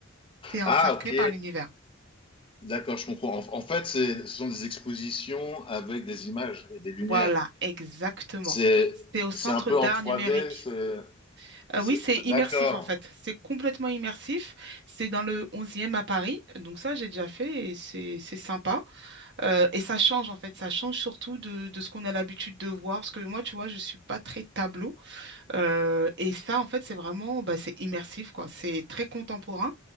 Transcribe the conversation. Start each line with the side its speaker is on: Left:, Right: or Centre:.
Right: tu es encerclé
Left: Ah, ok.
Right: par l'univers.
Left: D'accord, je comprends. En, en fait, c'est- ce sont des expositions avec des images et des lumières.
Right: Voilà, exactement.
Left: C'est,
Right: C'est au Centre
Left: c'est un peu
Right: d'art
Left: en trois
Right: numérique.
Left: d C'est, c'est-
Right: Euh, oui, c'est
Left: d'accord.
Right: immersif en fait. C'est complètement immersif. C'est dans le 11 à Paris. Donc ça, j'ai déjà fait et c'est c'est sympa. Euh, et ça change en fait. Ça change surtout de, de ce qu'on a l'habitude de voir. Parce que moi, tu vois, je suis pas très tableau. Euh, et ça, en fait, c'est vraiment, bah, c'est immersif quoi. C'est très contemporain